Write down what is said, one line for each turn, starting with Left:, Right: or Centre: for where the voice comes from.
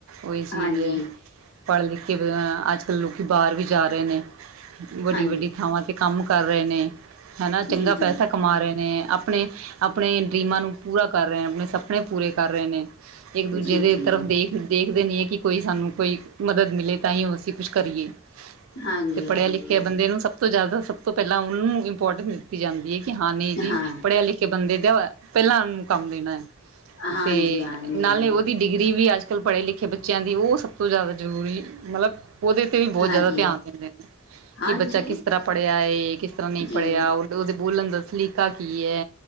Right: ਉਈ ਚੀਜ਼
Left: ਹਾਂਜੀ
Right: ਐ। ਪੜ੍ਹ- ਲਿਖ ਕੇ ਅੱਜ ਕੱਲ੍ਹ ਲੋਕ ਬਾਹਰ ਵੀ ਜਾ ਰਹੇ ਨੇ। ਵੱਡੀ
Left: ਹਾਂਜੀ
Right: -ਵੱਡੀ ਥਾਵਾਂ 'ਤੇ ਕੰਮ ਕਰ ਰਹੇ ਨੇ। ਹੈਨਾ ਚੰਗਾ
Left: ਜੀ ਜੀ
Right: ਪੈਸਾ ਕਮਾ ਰਹੇ ਨੇ। ਆਪਣੇ -ਆਪਣੇ ਡਰੀਮਾਂ ਨੂੰ ਪੂਰਾ ਕਰ ਰਹੇ ਨੇ ਆਪਣੇ ਸਪਨੇ ਪੂਰੇ ਕਰ ਰਹੇ ਨੇ। ਇੱਕ- ਦੂਜੇ
Left: ਜੀ
Right: ਦੇ
Left: ਜੀ
Right: ਤਰਫ
Left: ਜੀ
Right: ਦੇਖ ਦੇਖਦੇ ਨਹੀਂ ਹੈ ਕਿ ਕੋਈ ਸਾਨੂੰ ਕੋਈ ਮਦਦ ਮਿਲੇ ਤਾਂ ਹੀ ਉਹ ਅਸੀਂ ਕੁਛ ਕਰੀਏ।
Left: ਹਾਂਜੀ
Right: ਤੇ ਪੜ੍ਹਿਆ-
Left: ਹਾਂਜੀ
Right: ਲਿਖਿਆ ਬੰਦੇ ਨੂੰ ਸਭ ਸਭ ਤੋਂ ਜ਼ਿਆਦਾ ਸਭ ਤੋਂ ਪਹਿਲਾਂ ਉਹਨੂੰ ਇੰਪੋਰਟੈਂਸ ਦਿੱਤੀ ਜਾਂਦੀ ਹੈ ਕਿ ਹਾਂ ਨਹੀਂ ਜੀ
Left: ਹਾਂ
Right: ਪੜ੍ਹਿਆ- ਲਿਖਿਆ ਬੰਦੇ ਦਿਆਇਆ ਪਹਿਲਾਂ ਉਹਨੂੰ ਕੰਮ ਦੇਣਾ। ਹੈ
Left: ਹਾਂਜੀ
Right: ਤੇ
Left: ਹਾਂਜੀ
Right: ਨਾਲੇ ਉਹਦੀ ਡਿਗਰੀ ਵੀ ਅੱਜ ਕੱਲ੍ਹ ਪੜ੍ਹੇ ਲਿਖੇ ਬੱਚਿਆਂ ਦੀ ਉਹ ਸਭ ਤੋਂ ਜ਼ਿਆਦਾ ਜ਼ਰੂਰੀ ਮਤਲਬ ਉਹਦੇ ਤੇ ਵੀ ਬਹੁਤ ਜ਼ਿਆਦਾ
Left: ਹੈਗੀ
Right: ਧਿਆਨ
Left: ਹੈ
Right: ਦਿੰਦੇ ਨੇ।
Left: ਹਾਂਜੀ
Right: ਕਿ ਬੱਚਾ ਕਿਸ ਤਰ੍ਹਾਂ ਪੜ੍ਹਿਆ ਹੈਏ, ਕਿਸ ਤਰ੍ਹਾਂ ਨਹੀਂ
Left: ਜੀ
Right: ਪੜ੍ਹਿਆ। ਉਹਦੇ ਬੋਲਣ ਦਾ ਸਲੀ ਕੀਤਾ ਕੀ ਹੈ।